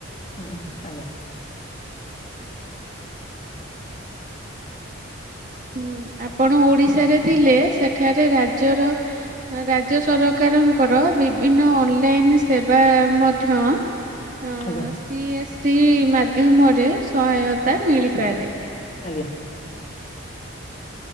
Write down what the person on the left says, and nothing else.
ହୁଁ ଆଜ୍ଞା ହ
ଆଜ୍ଞା
ଆଜ୍ଞା